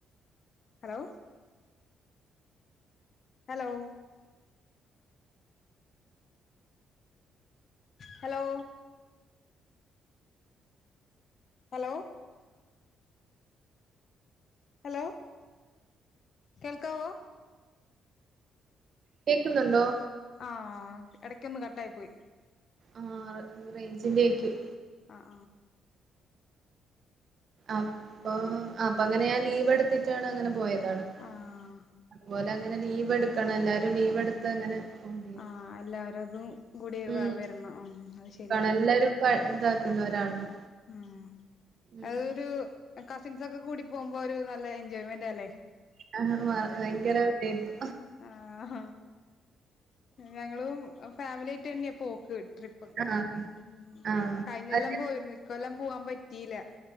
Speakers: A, on the left; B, on the right.
A: hello hello hello hello hello കേൾക്കാവോ
B: കേക്കുന്നുണ്ടോ
A: ആ എടക്ക് ഒന്ന് കട്ടായി പോയി
B: ആ റെ റേഞ്ചിന്റെ ആയ്ക്കും
A: ആ
B: അപ്പം അപ്പങ്ങനെ ഞാൻ ലീവ് എടുത്തിട്ടാണ് അങ്ങനെ പോയത് <unintelligible>
A: ആഹ്
B: അതുപോലെ അങ്ങനെ ലീവ് എടുക്കണം എല്ലാരും ലീവ് എടുത്ത് അങ്ങനെ പോണ്ടി വരും
A: ആ എല്ലാവരതും കൂടി
B: ഉം
A: വ വരണം ഉം അത് ശരിയാ
B: ക്കണം എല്ലാരും പ ഇതാക്കുന്നവരാണല്ലോ
A: ആ
B: ഉം
A: അതരു കസിൻസ് ഒക്കെ കൂടിപ്പോ പോകുമ്പോ ഒരു നല്ല എൻജോയ്മെന്റ് അല്ലേ
B: ആ ഭയങ്കര ഇതായിരുന്നു
A: ആഹ ഞങ്ങളും ഫാമിലിയായിട്ട് തന്നെയാ പോക്ക് ട്രിപ്പ ഒക്കെ
B: ആഹ്
A: അങ്ങനെ ഉ
B: ആഹ്
A: കഴിഞ്ഞെല്ലം
B: അത്
A: പോയിരുന്നു ഇിക്കൊല്ലാം പോവാൻ പറ്റിയില്ല